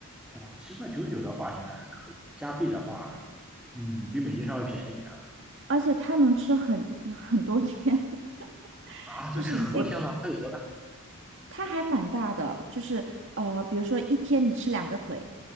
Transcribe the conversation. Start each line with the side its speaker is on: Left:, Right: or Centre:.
Centre: 哦，七块九九的话应该还可以，加币的话，嗯，比美金稍微便宜一点
Right: 而且它能吃很 <laughs> 很多天，<laughs>
Centre: 啊。啊能吃很多天吗？
Right: 就是你可以，
Centre: 它有多大？
Right: 它还蛮大的，就是呃，比如说一天你吃两个腿，